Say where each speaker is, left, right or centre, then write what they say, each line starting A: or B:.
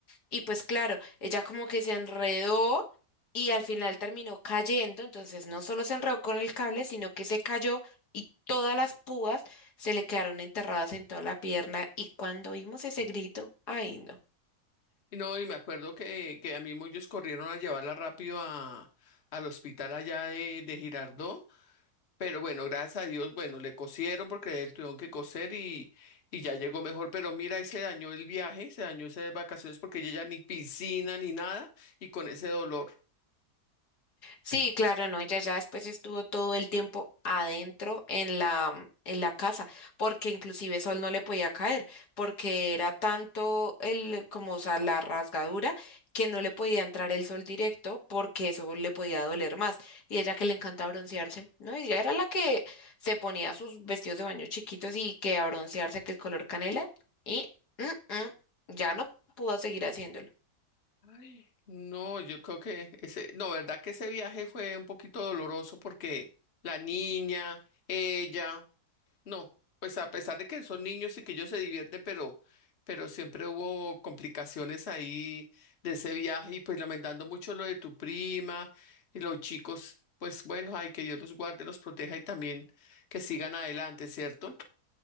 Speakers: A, on the left; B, on the left.
A: Y pues claro, ella como que se enredó y al final terminó cayendo, entonces no solo se enredó con el cable, sino que se cayó y todas las púas se le quedaron enterradas en toda la pierna y cuando oímos ese grito, ay no.
B: Y no, y me acuerdo que, que a mí ellos corrieron a llevarla rápido a, al hospital allá de, de Girardot, pero bueno, gracias a Dios, bueno, le cosieron porque él tuvieron que coser y, y ya llegó mejor, pero mira, ahí se dañó el viaje, se dañó esas vacaciones porque ella ya ni piscina ni nada y con ese dolor.
A: Sí, claro, no, ella ya después estuvo todo el tiempo adentro en la, en la casa, porque inclusive sol no le podía caer, porque era tanto el, como, o sea, la rasgadura, que no le podía entrar el sol directo, porque eso le podía doler más. Y ella que le encanta broncearse, ¿no? Ella era la que se ponía sus vestidos de baño chiquitos y que a broncearse, que el color canela, y mm, mm, ya no pudo seguir haciéndolo.
B: Ay. No, yo creo que ese, no, verdad que ese viaje fue un poquito doloroso porque la niña, ella, no, pues a pesar de que son niños y que ellos se divierten, pero, pero siempre hubo complicaciones ahí de ese viaje y pues lamentando mucho lo de tu prima y los chicos, pues bueno, ay, que Dios los guarde, los proteja y también que sigan adelante, ¿cierto?